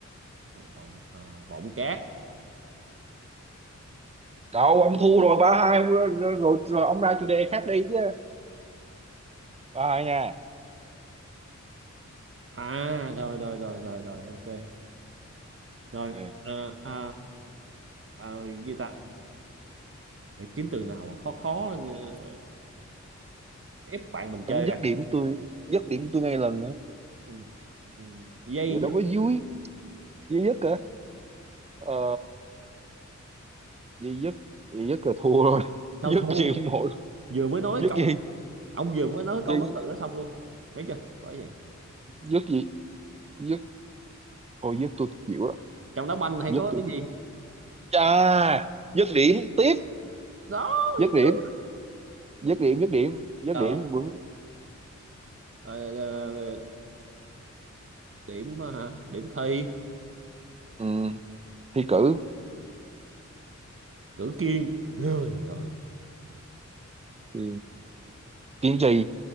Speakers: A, on the right; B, on the right.
A: vọng à, vọng cát
B: Đâu ông thua rồi ba hai rồi, rồi, rồi, rồi ông ra chủ đề khác đi chứ ba hai nha
A: à rồi rồi rồi rồi rồi ok rồi
B: ok
A: à, à, à, à, gì ta để kiếm từ nào mà khó khó ờ, ép bạn mình
B: Anh
A: chơi
B: dứt
A: ra.
B: điểm tôi dứt điểm tôi ngay lần nữa
A: ừ. Ừ. dây
B: vậy đâu
A: dứt
B: có vui vui nhất Ờ, Duy dứt Duy dứt là thua rồi
A: sao
B: <laughs>
A: thua
B: dứt gì cũng nổi
A: vừa mới nói
B: dứt
A: câu
B: gì
A: ông vừa mới nói câu
B: Duy,
A: có từ đó xong luôn thấy chưa bởi vậy
B: dứt gì dứt thôi dứt tôi chịu đó
A: trong đá banh hay
B: dứt
A: có
B: tôi
A: cái
B: chịu
A: gì
B: Chà, dứt điểm tiếp.
A: đó
B: dứt
A: thấy
B: điểm
A: chưa
B: dứt điểm dứt điểm dứt
A: ờ,
B: điểm vẫn
A: ờ, ờ, ờ, ờ, điểm ờ, hả điểm thi
B: ừ, thi cử
A: cử kiên rồi rồi
B: thì kiên trì